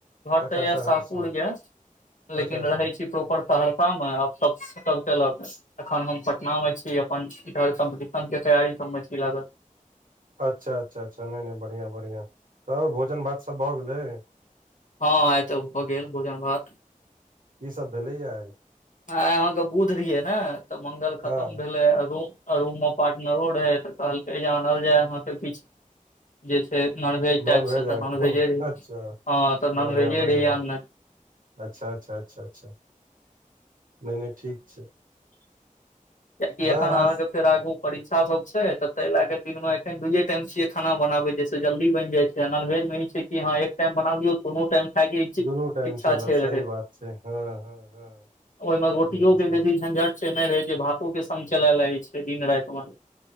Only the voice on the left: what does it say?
घर
तऽ यऽ
साहपुर यऽ
लेकिन
रहै छी प्रॉपर सहरसामे आब सब क लाके अखन हम पटना मे छी अपन इ कम्पटिशन के तैयारी सभमे छी लागल
हँ एतऽ भ गेल भोजन भात
आ अहाँके बुध रिये ने तऽ मंगल खतम
भेले रूम रूम मे पार्टनर रहै तऽ कहलकै जे आनल जाय, अहाँके किछ जे छै नॉनवेज
टाइपसँ
तऽ
नॉनवेजे हँ
तऽ नॉनभेजे
रही आन नहि
किया की
एखन
अहाँके फेर आगू परीक्षा सब छै तऽ ता ले के दिन मे एखन दूये टाइम छियै खाना बनाबे जस जल्दी बनि जाय छै य नॉनवेज मे ई छै कि हाँ एक टाइम बानाबयो दुनू टाइम खाई के
इच्छा
छाई
रहाइत
ओहिमे रोटी
के बेसि सहंझट नहि रहै जे भातोक संग चलैत रहै छै दिन-राति मे।